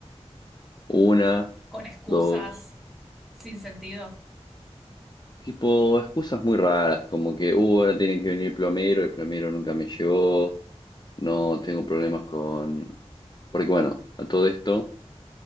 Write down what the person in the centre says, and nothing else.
Con excusas,
sin sentido.
Claro.